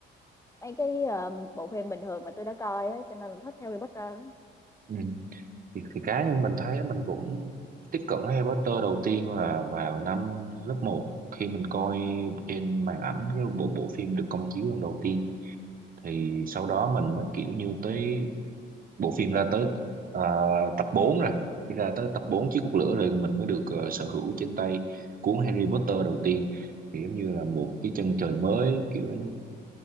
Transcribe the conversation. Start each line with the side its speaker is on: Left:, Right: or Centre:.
Left: mấy cái ờ, bộ phim bình thường mà tôi đã coi á cho nên là thích Harry Potter lắm.
Right: Ừ. thì, thì cá nhân mình thấy mình cũng tiếp cận Harry Potter đầu tiên là vào năm lớp một khi mình coi trên màn ảnh cái bộ bộ phim được công chiếu lần đầu tiên thì sau đó mình mới kiểu như tới bộ phim ra tới ờ, tập 4 rồi khi ra tới tập 4 chiếc cốc lửa rồi mình mới được ờ, sở hữu trên tay cuốn Harry Potter đầu tiên thì giống như là một cái chân trời mới kiểu